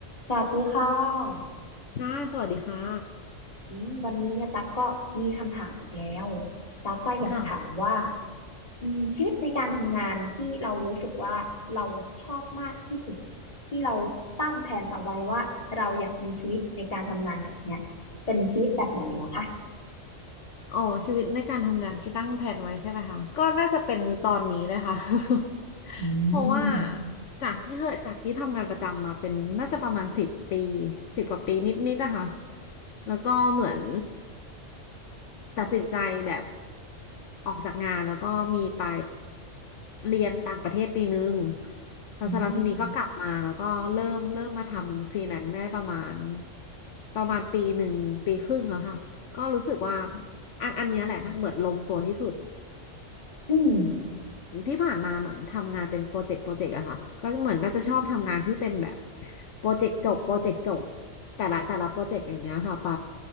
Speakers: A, on the left; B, on the left.
A: สวัสดีค่ะ
B: ค่ะ สวัสดีค่ะ
A: อืมวันนี้เนี่ยตั๊กก็มีคำถามอีกแล้วตั๊กก็อยากถามว่า
B: ค่ะ
A: อืมชีวิตในการทำงานที่เรารู้สึกว่าเราชอบมากที่สุดที่เราตั้งแผนเอาไว้ว่าเราอยากมีชีวิตในการทำงานแบบเนี้ยเป็นชีวิตแบบไหนเหรอคะ
B: อ๋อ ชีวิตในการทำงานที่ตั้งแผนไว้ใช่ไหมคะก็น่าจะเป็นตอนนี้เลยค่ะ <laughs>
A: อื
B: เพราะว่า
A: ม
B: จากที่เคยจากที่ทำงานประจำมาเป็นน่าจะประมาณสิบปีสิบกว่าปีนิดๆนะคะ แล้วก็เหมือน ตัดสินใจแบบออกจากงานแล้วก็มีไปเรียนต่างประเทศปีนึงแล้วเสร็จแล้วทีนี้ก็กลับมาแล้วก็เริ่มเริ่มมาทำฟรีแลนซ์ได้ประมาณ
A: อืม
B: ประมาณปีหนึ่งปีครึ่งอะค่ะก็รู้สึกว่าอันอันเนี้ยแหละนะเหมือนลงตัวที่สุด
A: อืม
B: ที่ผ่านมาเหมือนทำงานเป็นโปรเจกต์โปรเจกต์อะค่ะก็เหมือนน่าจะชอบทำงานที่เป็นแบบ โปรเจกต์จบ โปรเจกต์จบ แต่ละแต่ละโปรเจกต์อย่างเงี้ยค่ะไป